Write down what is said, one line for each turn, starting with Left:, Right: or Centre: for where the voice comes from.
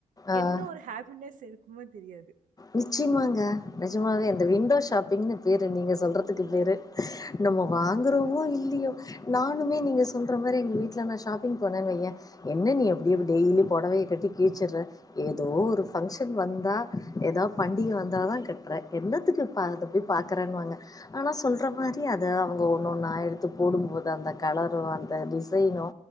Left: ஆ
Right: என்ன ஒரு ஹாப்பினஸ் இருக்குமோ தெரியாது
Left: நிச்சயமாங்க நெஜமாவே இந்த விண்டோ ஷாப்பிங்னு பேரு நீங்க சொல்ற துக்கு பேரு நம்ம வாங்குறோமோ இல்லியோ நானுமே நீங்க சொல்ற மாரி எங்க வீட்ல நா ஷாப்பிங் போனேன் வையே என்ன நீ அப்டிய டெய்லி பொடவ டவ கட்டி கிருச்சிற ஏதோ ஒரு பங்க்ஷன் வந்தா ஏதா பண்டிகை வந்தாதா கட்டுற என்னாத்துக்கு இப்ப அது போய் பாக்கறேன்னுவாங்க ஆனா சொல்ற மாரி அத அவங்க ஒன்னொன்னா எடுத்து போடும்போது அந்த கலரோ அந்த டிசைனோ